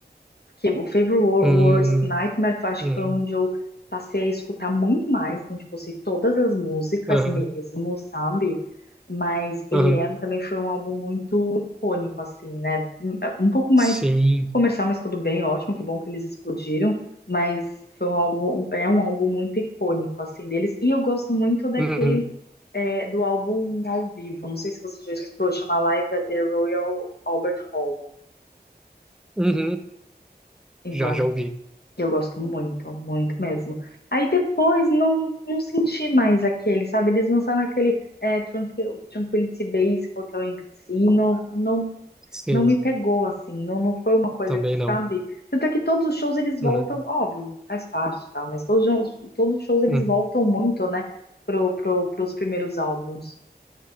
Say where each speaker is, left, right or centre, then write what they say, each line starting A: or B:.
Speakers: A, on the left (about 65°); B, in the centre.
A: que o Favorite Wor-
B: hum,
A: Words, Nightmare, acho
B: hum
A: que foi onde eu passei a escutar muito mais. Então, tipo, eu sei todas as músicas
B: Aham,
A: mesmo, sabe? Mas
B: aham,
A: AM também foi um álbum muito icônico, assim, né? Um um pouco mais
B: sim.
A: comercial, mas tudo bem, ótimo, que bom que eles explodiram. Mas foi um álbum, é um álbum muito icônico, assim, deles. E eu gosto muito daquele,
B: Uhum,
A: é, do álbum ao vivo. Não sei se você já escutou, chama Live at the Royal Albert Hall.
B: uhum,
A: Então.
B: já, já ouvi.
A: Eu gosto muito, muito mesmo. Aí depois não, não senti mais aquele, sabe? Eles lançaram aquele é, Tranquil- Tranquility Base Hotel em Cassino, não,
B: Sim,
A: não me pegou assim, não, não foi uma coisa
B: também
A: que,
B: não.
A: sabe? Tanto é que todos os shows eles voltam,
B: Uhum,
A: óbvio, faz parte e tal, mas todos, os- todos os shows eles
B: uhum.
A: voltam muito, né, pro, pro, pros primeiros álbuns